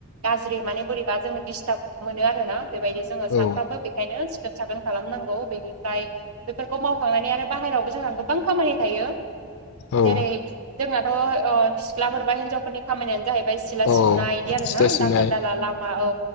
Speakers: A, on the right; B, on the left.
A: गाज्रि माने बोरैबा जोङो दिस्टाब मोनो आरोना बेबायदि जोङो सानफ्रामबो
B: औ
A: बेखायनो सिखोन साखोन खालामनांगौ बेनिफ्राय बेफोरखौ मावखांनानै आरो बाहेरायावबो जोंहा गोबां खामानि थायो। जेरै
B: औ
A: जोंनाथ' सिख्लाफोर बा हिनजावफोरनि खामानियानो जाहै बाय सिला
B: औ
A: सिबनाय बिदि आरोना
B: सिथ्ला सिबनाय
A: दाखोर दाला लामा औ